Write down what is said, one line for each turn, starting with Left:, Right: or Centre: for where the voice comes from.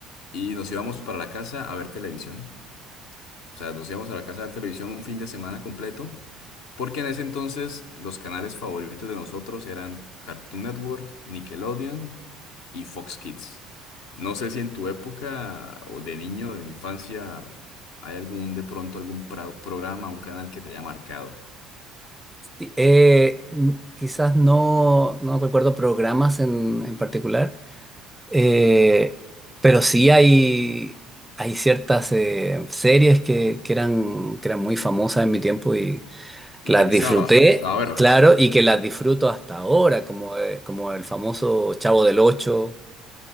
Left: Y nos íbamos para la casa a ver televisión. O sea, nos íbamos a la casa a ver televisión un fin de semana completo, porque en ese entonces los canales favoritos de nosotros eran Cartoon Network, Nickelodeon y Fox Kids. No sé si en tu época o de niño, de infancia, hay algún, de pronto, algún pra- programa, un canal que te haya marcado
Centre: Sí, eh, n- quizás no, no recuerdo programas en, en particular, eh, pero sí hay, hay ciertas eh, series que, que eran, que eran muy famosas en mi tiempo y
Left: y
Centre: las
Left: te gustaba,
Centre: disfruté,
Left: te gustaba verlas,
Centre: claro, y que las disfruto hasta ahora, como, eh, como el famoso Chavo del Ocho,